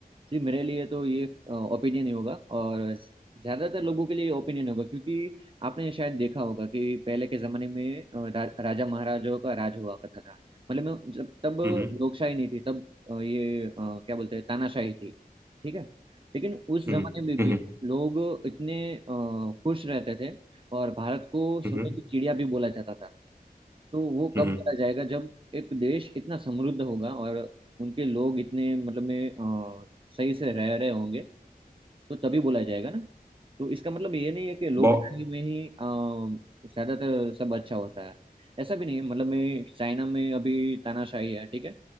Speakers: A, on the right; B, on the right.
A: जी मेरे लिए तो ये ओपिनियन ही होगा और ज़्यादातर लोगों के लिए ओपिनियन होगा क्योंकि आपने शायद देखा होगा कि पहले के ज़माने में अ, रा, राजा महाराजाओं का राज हुआ करता था मतलब मैं जब तब
B: हम्म
A: लोकशाही नहीं थी तब अ, ये अ, क्या बोलते हैं तानाशाही थी ठीक है लेकिन उस
B: हम्म
A: ज़माने में
B: हम्म
A: भी लोग इतने अ, खुश रहते थे और भारत को सोने
B: हम्म हम्म
A: की चिड़िया भी बोला जाता था तो वो
B: हम्म,
A: कब
B: हम्म,
A: बोला जाएगा जब एक देश इतना समृद्ध होगा और उनके लोग इतने मतलब में सही से रह रहे होंगे तो तभी बोला जाएगा ना तो इसका मतलब ये नहीं है कि लोकशाही
B: बहु-
A: में ही अम, ज्यादातर सब अच्छा होता है ऐसा भी नहीं है मतलब मैं चाइना में अभी तानाशाही है ठीक है